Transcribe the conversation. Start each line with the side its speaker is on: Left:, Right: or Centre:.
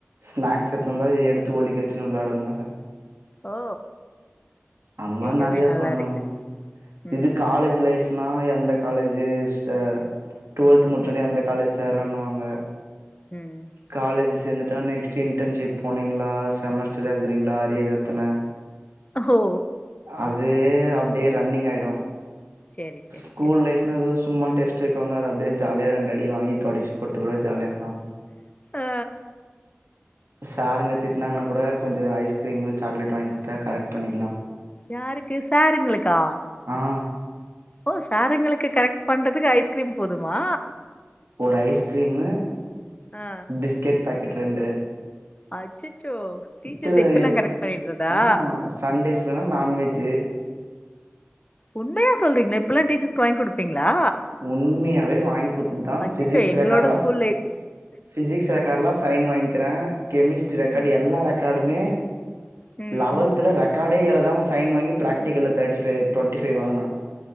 Right: ஸ்நாக்ஸ் எத்து வ ந்தா எடுத்து ஒழிக்க வச்சு வெளாடுவாங்க
Left: ஓ
Right: அந்நா
Left: கேக்கவே
Right: நெறைய
Left: நல்லா
Right: பண்ணேங்க
Left: இருக்கு ம்
Right: இது காலேஜ் லைஃப்னா எந்த காலேஜ்ஜு ச டுவல்த் முட்ச்சோனே
Left: ம்
Right: அந்த காலேஜ் தெரன்னுவாங்க
Left: ம்
Right: காலேஜ் சேந்துட்டா நெக்ஸ்ட் இன்டர்ன்ஷிப் போனீங்களா செமஸ்டர் எழுதுறீங்களா அரியர் எத்தன
Left: ஹோ
Right: அது அப்டியே ரன்னிங் ஆய்டும்
Left: செரி செரி
Right: ஸ்கூல்
Left: செரி
Right: லைப் எதோ சும்மா டேஸ்ட் வைப்பகங்க அது அப்டியே ஜாலியா ரெண்டு அடி வாங்கி தொடச் போட்டு இப்ப கூட ஜாலியா இருக்கலா
Left: ஆ
Right: சாருங்க திட்டுனாங்கனா கூட கொஞ்சோ ஐஸ்கிரீம் சாக்லேட் வாங்கி குடுத்தா கரெக்ட் பண்ணிகலா
Left: யாருக்கு சாருங்களுக்கா
Right: ஆ
Left: ஓ சாருங்களுக்கு கரெட் பண்றதுக்கு ஐஸ்கிரீம் போதுமா
Right: ஒரு ஐஸ்கிரீமு
Left: ஆ
Right: பிஸ்கெட் பாக்கெட் ரெண்டு
Left: அச்சச்சோ டிச்சர்ஸ்
Right: திரு
Left: ச இப்டிலா
Right: எஸ்
Left: கரெட் பண்ணிட்றதா
Right: ஆ சண்டேஸ்லனா நான்வெஜ்ஜு
Left: உண்மயா சொல்றீங்களா இப்டிலா டிச்சர்ஸ்க்கு வாங்கி குடுப்பீங்களா
Right: உண்மயாவே வாங்கிகுத்து தா
Left: அச்சச்சோ
Right: ஃபிசிக்ஸ்
Left: எங்களோட
Right: ரெக்காட்லா
Left: ஸ்கூல் லைஃப்
Right: ஃபிசிக்ஸ் ரெக்காட்லா சைன் வாங்கிற கெமிஸ்ட்ரி ரெக்காடு
Left: ம்
Right: எல்லா ரெக்காடுமே
Left: ம்
Right: லெவன்த்துல ரெக்காடே எழுதாம சைன் வாங்கி பிராக்டிகல்ல தேட்டிஃபைவ் டெண்ட்டிஃபைவ் வாங்கன